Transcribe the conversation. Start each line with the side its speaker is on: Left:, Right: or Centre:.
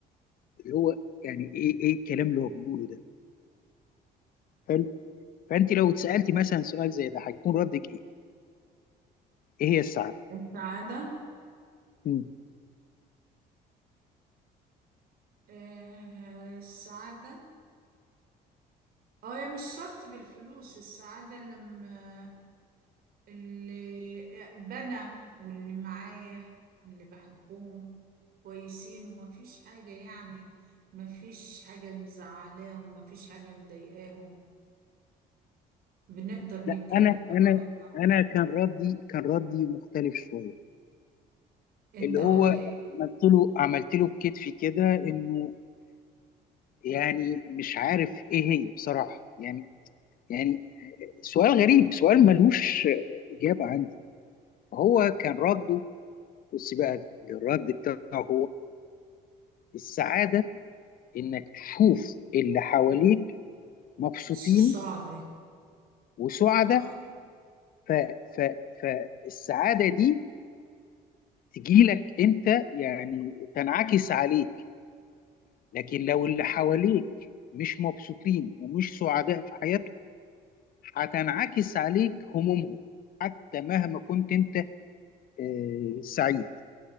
Left: اللي هو يعني ايه ايه الكلام اللي هو بيقوله ده حلو فانت لو اتسالتي مثلا سؤال زي ده هيكون ردك ايه؟ ايه هي السعاده؟
Right: السعادة
Left: مم.
Right: آه. السعادة اه يا مش شرط بالفلوس السعادة لما اللي بنا واللي معايا اللي بحبهم كويسين ومفيش حاجة يعني مفيش حاجة مزعلاهم مفيش حاجة مضايقاهم بنقدر نتكلم
Left: لا انا
Right: براحتنا
Left: انا انا كان ردي كان ردي مختلف شويه
Right: انت
Left: اللي هو
Right: قلت ايه
Left: عملت له عملت له بكتفي كده انه يعني مش عارف ايه هي بصراحه يعني يعني سؤال غريب سؤال ملوش اجابه عندي هو كان رده بص بقى الرد بتاعه هو السعاده انك تشوف اللي حواليك مبسوطين
Right: الصعد
Left: وسعداء
Right: اه في
Left: ف ف فالسعاده دي تجي لك انت يعني تنعكس عليك لكن لو اللي حواليك مش مبسوطين ومش سعداء في حياتهم هتنعكس عليك همومهم حتى مهما كنت انت آه، سعيد